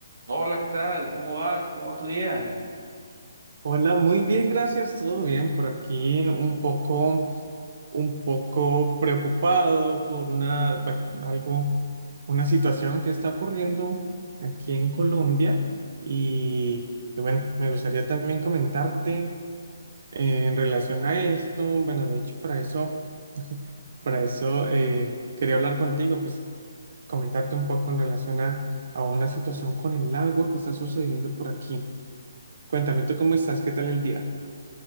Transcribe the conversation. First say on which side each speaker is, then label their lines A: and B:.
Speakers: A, on the right; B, on the right.
A: Hola, ¿qué tal? ¿Cómo vas? ¿Cómo va tu día?
B: Hola, muy bien, gracias, todo bien por aquí, un poco, un poco preocupado por una, bueno, algo, una situación que está ocurriendo aquí en Colombia y, y bueno, me gustaría también comentarte eh, en relación a esto, bueno, de hecho para eso, para eso eh, quería hablar contigo, pues comentarte un poco en relación a, a una situación con el agua que está sucediendo por aquí. Cuéntame, ¿tú cómo estás? ¿Qué tal el día?